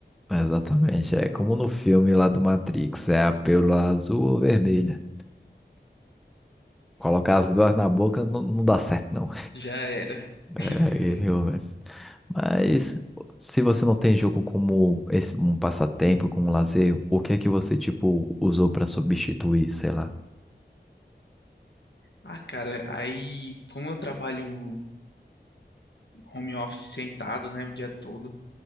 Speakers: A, in the centre; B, on the left.
A: Exatamente. É como no filme lá do Matrix, é a pílula azul ou vermelha. Colocar as duas na boca não, não dá certo, não.
B: Já era. <laughs>
A: É, eu, velho. Mas se você não tem jogo como esse, um passatempo, como um lazer, o que é que você, tipo, usou pra substituir, sei lá?
B: Ah, cara, aí, como eu trabalho home office sentado, né, o dia todo,